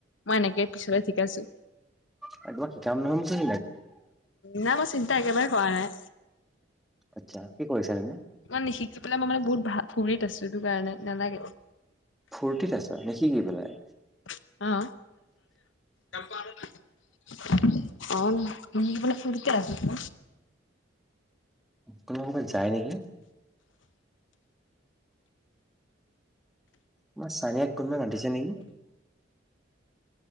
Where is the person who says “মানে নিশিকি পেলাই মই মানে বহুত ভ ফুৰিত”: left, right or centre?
Left